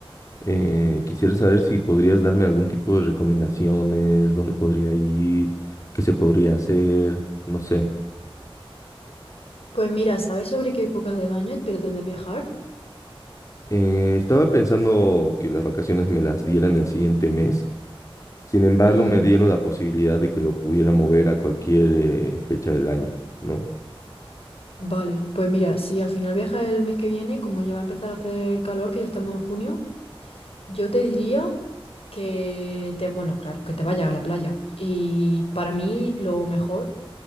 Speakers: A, on the left; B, on the left.
A: eh, quisiera saber si podrías darme algún tipo de recomendaciones, dónde podría ir, qué se podría hacer, no sé.
B: Pues mira, ¿sabes sobre qué época del año pretendes viajar?
A: Eh, estaba pensando que las vacaciones me las dieran el siguiente mes. Sin embargo,
B: Mm,
A: me dieron la posibilidad de que lo pudiera mover a cualquier eh, fecha del año, ¿no?
B: Vale, pues mira, si al final viajas el mes que viene, como ya va a empezar a hacer calor, que ya estamos en junio, yo te diría que te, bueno, claro, que te vayas a la playa. Y para mí lo mejor